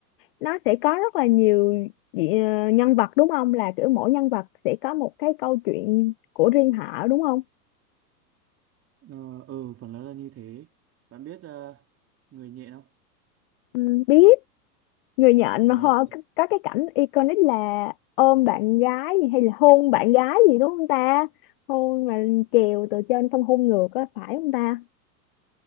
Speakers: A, on the left; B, on the right.
A: nó sẽ có rất là nhiều dị- ờ, nhân vật đúng không? Là kiểu mỗi nhân vật sẽ có một cái câu chuyện của riêng họ đúng không?
B: ờ ừ, phần lớn là như thế bạn biết ờ, người nhện không
A: Ừ, Biết người nhện
B: ở
A: mà
B: đấy
A: họ có có cái cảnh iconic là ôm bạn gái gì hay là hôn bạn gái gì đúng không ta? Hôn mà trèo từ trên xong hôn ngược á phải không ta?